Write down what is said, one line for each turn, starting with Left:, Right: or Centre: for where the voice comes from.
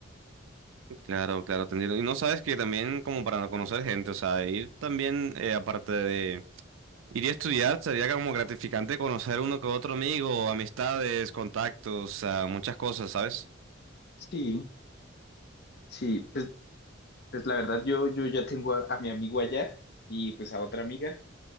Right: Claro, claro, entendido. Y no sabes que también como para conocer gente, o sea, ir también eh, aparte de... Iría a estudiar, sería como gratificante conocer uno que otro amigo, amistades, contactos, ah, muchas cosas, ¿sabes?
Left: Sí. Sí, pues, pues la verdad yo, yo ya tengo a, a mi amigo allá y pues a otra amiga,